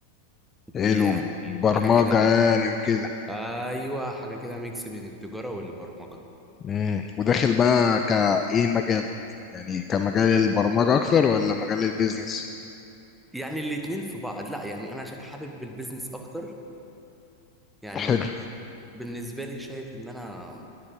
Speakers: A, in the centre; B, on the left.
A: دي
B: علم
A: يعني
B: برمجة
A: حاجه كده
B: يعني وكده
A: ايوه حاجه كده ميكس بين التجاره والبرمجه
B: مم. وداخل بقى كايه مجال يعني كمجال البرمجة اكتر ولا مجال البيزنس
A: يعني الاتنين في بعض لا يعني انا شا- حابب البيزنس اكتر يعني
B: حلو
A: بالنسبه لي شايف ان انا